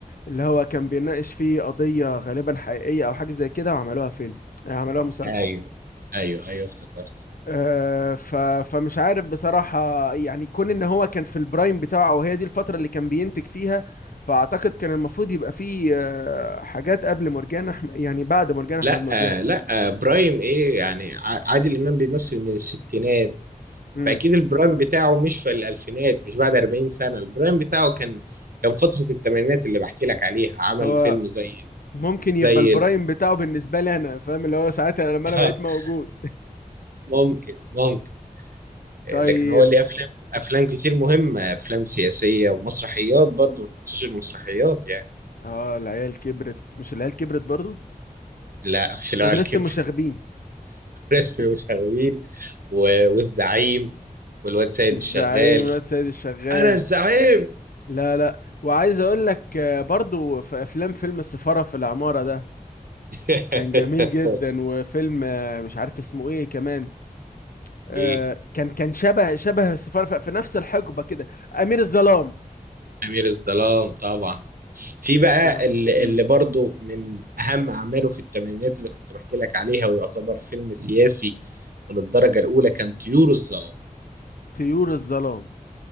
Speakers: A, on the left (about 80°); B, on the right (about 80°).
A: اللي هو كان بيناقش فيه قضية غالبا حقيقية او حاجة زي كده وعملوها فيلم آه، عملوها مسلسل
B: ايوه ايوه ايوه افتكرت
A: آه، ف... فمش عارف بصراحة يعني كون ان هو كان في البرايم بتاعه وهي دي الفترة اللي كان بينتج فيها فاعتقد كان المفروض يبقى فيه آه، حاجات قبل مرجان أحم... يعني بعد مرجان احمد
B: لا
A: مرجان
B: آه لا آه برايم ايه يعني ع- عادل امام بيمثل من الستينات
A: امم
B: فاكيد البرايم بتاعه مش في الالفينات مش بعد 40 سنه البرايم بتاعه كان كان فتره الثمانينات اللي بحكي لك عليها عمل
A: هو
B: فيلم زي
A: ممكن
B: زي
A: يبقى البرايم
B: ال-
A: بتاعه بالنسبة لي انا فاهم اللي هو ساعتها لما
B: <laughs>
A: انا بقيت موجود
B: ممكن ممكن آه،
A: طيب
B: لكن هو ليه افلام افلام كتير مهمه افلام سياسيه ومسرحيات برضه ما تنساش المسرحيات يعني
A: اه العيال كبرت مش العيال كبرت برضو
B: لا مش العيال
A: مدرسة
B: كبرت
A: المشاغبين
B: فريسلي وشغوين و- والزعيم والواد سيد
A: الزعيم
B: الشغال
A: الواد سيد الشغال
B: انا الزعيم
A: لا لا وعايز اقول لك آه، برضو في افلام فيلم السفارة في العمارة ده
B: <laughs>
A: كان جميل جدا وفيلم آه، مش عارف اسمه ايه كمان آه،
B: ايه
A: كان كان شبه شبه السفارة ف- في نفس الحقبة كده أمير الظلام
B: امير الظلام طبعا في
A: أمير
B: بقى
A: الظلام
B: اللي,
A: مم.
B: اللي برضو من اهم اعماله في الثمانينات اللي كنت بحكي لك عليها ويعتبر فيلم سياسي من الدرجه الاولى كان طيور الظلام
A: طيور الظلام